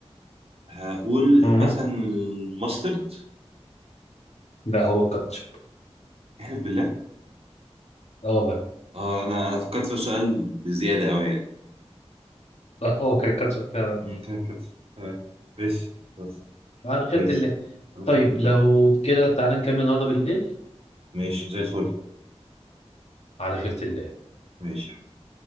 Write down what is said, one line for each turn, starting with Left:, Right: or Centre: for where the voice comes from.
Right: هقول
Left: مهم.
Right: مثلا الماسترد
Left: ده هو الكاتشب
Right: احلف بالله
Left: اه والله
Right: اه انا انا فكرت في السؤال بزياده قوي يعني
Left: ده هو كان الكاتشب فعلا
Right: أمم، كده كاتشب آه، ماشي خلاص
Left: على خيرة
Right: ماشي
Left: الله
Right: انا
Left: طيب
Right: خدت ده.
Left: لو كده تعالى نكمل النهارده بالليل
Right: ماشي زي الفل
Left: على خيرة الله
Right: ماشي يا حبيبي.